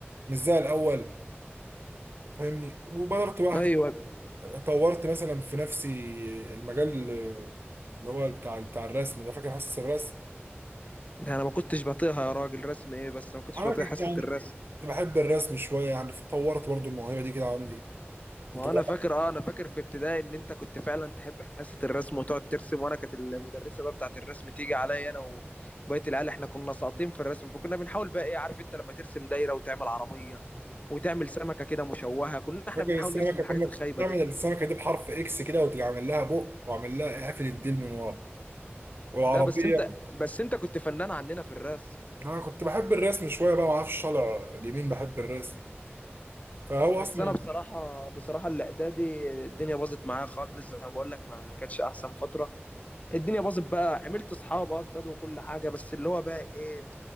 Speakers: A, on the right (about 55°); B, on the left (about 35°).
A: مش زي الاول فاهمني وبدرت بقى
B: ايوه
A: أهتم- طورت مثلا في نفسي المجال اللي هو بتاع بتاع الرسم ده فاكر حاسس الرسم
B: انا ما كنتش بطيئها يا راجل رسم ايه بس ما كنتش
A: انا
B: بطيء
A: كنت
B: حصة
A: يعني
B: الرسم
A: كنت بحب الرسم شوية يعني فطورت برضو الموهبة دي كده عندي
B: ما
A: انت بقى
B: انا فاكر اه انا فاكر في ابتدائي ان انت كنت فعلا تحب حصه الرسم وتقعد ترسم وانا كانت المدرسه بقى بتاعه الرسم تيجي عليا انا وبقيه العيال احنا كنا ساقطين في الرسم وكنا بنحاول بقى ايه عارف انت لما ترسم دايره وتعمل عربيه وتعمل سمكه كده مشوهه كنا احنا
A: فاكر
B: بنحاول
A: السمكه
B: نرسم الحاجات
A: كنا
B: الخايبه
A: بنعمل
B: دي
A: السمكه دي بحرف اكس كده وتعمل لها بق واعمل لها قافل الديل من ورا والعربيه
B: لا بس انت بس انت كنت فنان عننا في الرسم
A: انا كنت بحب الرسم شويه بقى ما اعرفش طالع اليمين بحب الرسم فهو
B: بس
A: اصلا
B: انا بصراحه بصراحه الاعدادي الدنيا باظت معايا خالص زي ما بقول لك ما كانتش احسن فتره الدنيا باظت بقى عملت اصحاب اه جداد وكل حاجه بس اللي هو بقى ايه